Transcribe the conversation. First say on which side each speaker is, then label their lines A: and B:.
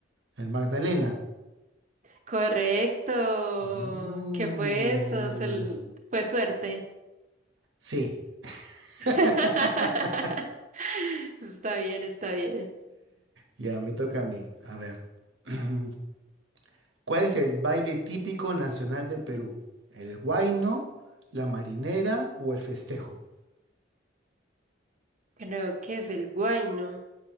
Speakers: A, on the right (about 75°); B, on the right (about 40°).
A: El Magdalena.
B: Correcto.
A: Mm,
B: ¿Qué fue eso? Se l- Fue suerte.
A: sí.
B: <laughs>
A: <laughs>
B: Está bien, está bien.
A: Ya, me toca a mí. A ver. <clears throat> ¿Cuál es el baile típico nacional del Perú? ¿El huayno, la marinera o el festejo?
B: Creo que es el Guayno,